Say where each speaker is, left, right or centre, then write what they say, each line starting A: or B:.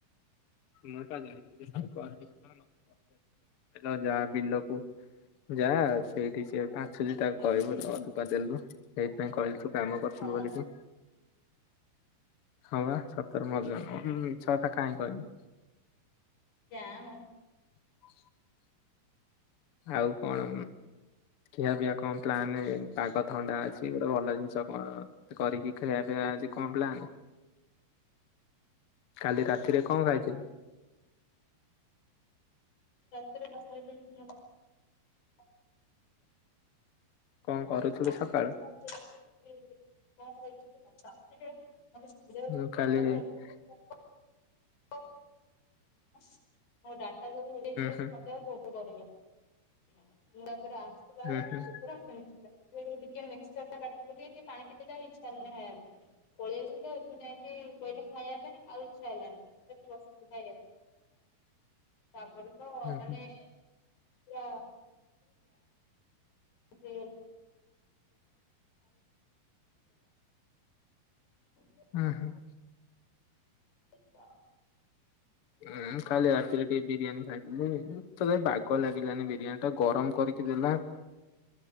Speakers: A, on the left; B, on the left.
A: ମୁଟା ଯାଇଥିଲି ଶାଗ ଆଣିବାକୁ ତାର। ଯା ବିଲକୁ ଯା ସେଇଠି ସେ ବାଛୁଛି ତାକୁ କହିବୁ ଅଧକା ଦେଲୁ। ସେଇଥି ପାଇଁ କହିଲୁ ତୁ। କାମ କରୁଥିଲୁ
B: ହଁ
A: ବୋଲି ତୁ। ହଁବା ସତରେ ମଜା ନୁହଁ ମିଛ କଥା କାହିଁ କହିମି।
B: ଯାମ।
A: <inaudible> ଆଉ କଣ ଖିଆ ପିଇଆ କଣ ପ୍ଲାନ ପାଗ ଥଣ୍ଡା ଅଛି ଗୋଟେ ଭଲ ଜିନିଷ କଣ କରିକି ଖିଆ ପିଇଆ ଆଛି କଣ ପ୍ଲାନ? କାଲି ରାତିରେ କଣ ଖାଇଥିଲି।
B: ରାତିରେ <unintelligible> <inaudible> <unintelligible>
A: କଣ କରୁଥିଲୁ ସକାଳୁ ମୁଁ କାଲି ହୁଁ
B: <unintelligible> <inaudible> <unintelligible>
A: ହୁଁ
B: <inaudible> ମୁ ତାପରେ ଆସିଲା
A: ହୁଁ ହୁଁ
B: ବେଣି ଟିକେ କୁିକ ଟିକ ପାଣି ପିଇଲେ ଆଉ ଇଛା ହେଲାଣି ଖାଇବା ପାଇଁ ପଳେଇ ଆସ ଏଠୁ ଯାଇକି କହିଲେ ଖାଇବା ପାଇଁ ଆଉ ଇଛା ହେଲାଣି ବସ ଖାଇବା ପାଇଁ ତାପରେ ତ ମାନେ।
A: ହୁଁ
B: ଆ ସେ <unintelligible> <unintelligible>
A: ହଁ ହଁ।
B: ଆଛା।
A: ହଁ କାଲି ରାତିରେ ଟିକେ ବିରିୟାନୀ ଖାଇଦେଲେ ତ ବାଗ ଲାଗିଲାନି ବିରିୟାନୀ ଟା ଗରମ କରିକି ଦେଲା